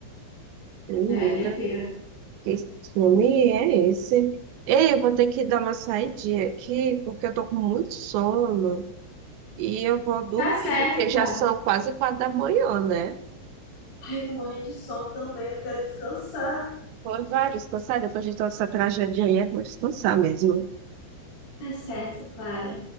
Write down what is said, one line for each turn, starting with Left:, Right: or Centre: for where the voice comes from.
Right: Menina,
Left: É, minha filha.
Right: que filme é esse? Ei, eu vou ter que dar uma saidinha aqui, porque eu tô com muito sono. E eu vou dormir,
Left: Tá certo,
Right: porque
Left: Clara.
Right: já são quase quatro da manhã, né?
Left: Ai, eu tô morrendo de sono também, eu quero descansar.
Right: Foi vários, cansar depois de toda essa tragédia aí, é bom descansar mesmo.
Left: Tá certo, Clara.